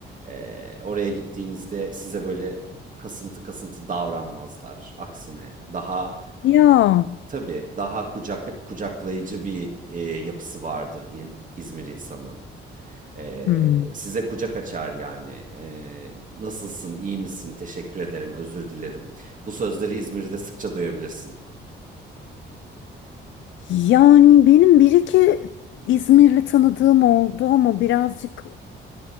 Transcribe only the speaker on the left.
Ya.
Hmm.
Yani benim bir iki İzmirli tanıdığım oldu ama birazcık